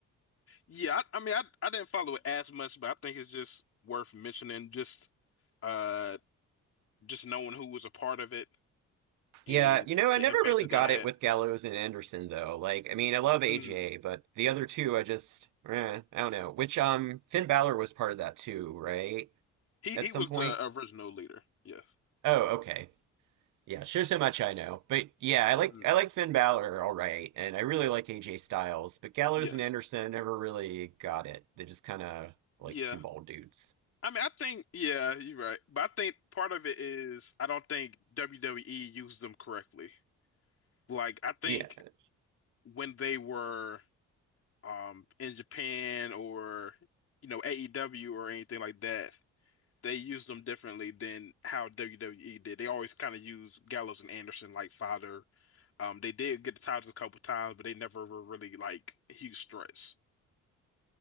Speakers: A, on the left; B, on the right.
A: Yeah. I, I mean, I I didn't follow it as much, but I think it's just worth mentioning. Just uh, just knowing who was a part of it and
B: Yeah, you know, I
A: the
B: never
A: impact
B: really
A: that
B: got
A: they had.
B: it with Gallows and Anderson though. Like, I mean, I love AJ,
A: Mm.
B: but the other two, I just, eh, I don't know. Which, um, Finn Balor was part of that too, right?
A: He
B: At
A: he
B: some
A: was
B: point.
A: the original leader. Yes.
B: Oh, okay. Yeah, shows how much I know. But yeah, I like
A: Mm.
B: I like Finn Balor, all right, and I really like AJ Styles, but Gallows
A: Yes.
B: and Anderson never really got it. They just kind of like
A: Yeah.
B: two bald dudes.
A: I mean, I think, yeah, you're right. But I think part of it is I don't think WWE used them correctly. Like, I think
B: Yeah,
A: when they were um in Japan or, you know, AEW or anything like that, they used them differently than how WWE did. They always kind of used Gallows and Anderson like fodder. Um, they did get the titles a couple times, but they never were really like huge threats.